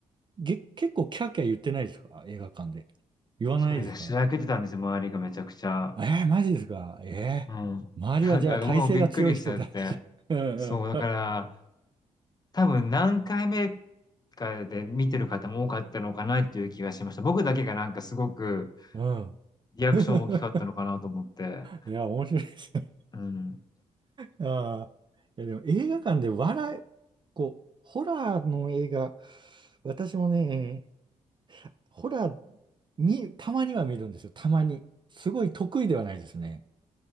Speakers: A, on the right; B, on the left.
A: げ、結構キャーキャー言ってないですか映画館で。言わないですか
B: それがしらけてたんですよ、周りがめちゃくちゃ。
A: えー、マジですかえ
B: うん。
A: ー、周りはじゃあ体勢が強い人だし。
B: なんか僕もびっくりしちゃって。
A: うん
B: そう、だから、
A: うん。
B: 多分何回目かで見てる方も多かったのかなっていう気がしました。僕だけがなんかすごく
A: うん。<laughs>
B: リアクション大きかったのかなと思って。
A: いや、面白いですね。
B: うん。
A: ああ。いや、でも映画館で笑い、こう、ホラーの映画、私もね、ホラー、見、たまには見るんですよ。たまに。すごい得意ではないですね。